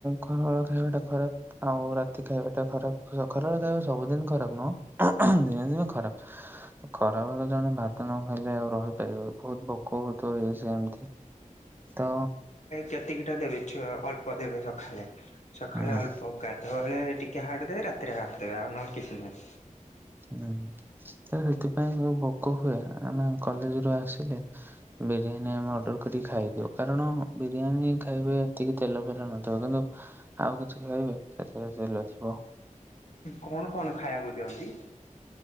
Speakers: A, on the right (about 15°); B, on the left (about 60°).
A: ଖରାବେଳ ଖାଇବାଟା ଖରାପ। ଆଉ ରାତି ଖାଇବା ଟା ଖରାପ ଖରାବେଳେ ଖାଇବା ସବୁଦିନ ଖରାପ ନୁହଁ <unintelligible> ଦିନେ ଦିନେ ଖରାପ। ଖରା ବେଳ ଜଣେ ଭାତ ନଖାଇଲେ ଆଉ ରହିପାରିବ ବହୁତ ଭୋକ ତ ଇଏ ସେମତି ତ
B: ଯେତିକିଟା ଦେବେ ଛୁଆ ଅଳ୍ପ ଦେବେ ସଖାଳେ ସଖାଳେ
A: ହୁଁ
B: ଅଳ୍ପ ଗାଧୁଆବେଳେ ଟି କେ ହାଡ଼ ଦେବେ ରାତିରେ ହାଡ଼ ଦେବେ ଆଉ ନହେଲେ କିଛି ନାହିଁ।
A: ହୁଁ। ତ ସେଥିପାଇଁ ଆମକୁ ଭୋକ ହୁଏ ଆମେ କଲେଜ ରୁ ଆସିଲି ବିରିୟାନୀ ଆମେ ଅର୍ଡର କରିକି ଖାଇଦିଉ କାରଣ ବିରିୟାନୀ ଖାଇବେ ଏତିକି ତେଲ ଫେଲ ନଥିବ କିନ୍ତୁ ଆଉ କିଛି ଖାଇବେେ ସେଥିରେ ତେଲ ଥିବ।
B: କଣ କଣ ଖାଇବାକୁ ଦିଅନ୍ତି?